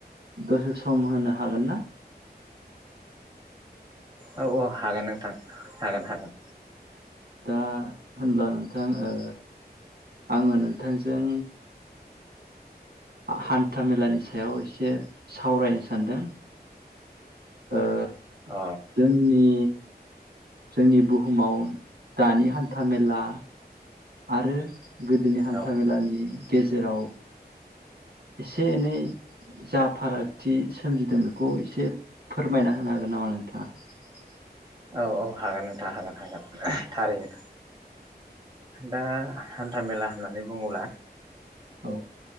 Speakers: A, on the right; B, on the right.
A: दसे सम होनो हागोन ना?
B: औ औ हागोन नोंथां। हागोन हागोन।
A: दा होनब्ला नोंथां ओ आङो नोंथांजों हान्था मेलानि सायाव एसे सावरायनो सानदों ओ
B: अ
A: जोंनि जोंनि बुहुमाव दानि हान्था मेला आरो गोदोनि हान्था
B: औ
A: मेलानि गेजेराव एसे एनै जा फारागथि सोमजिदों बेखौ एसे फोरमायना होनो हागोन नामा नोंथाङा
B: औ औ हागोन नोंथां हागोन हागोन <unintelligible> थारैनो दा हान्था मेला होननानै बुङोब्ला
A: औ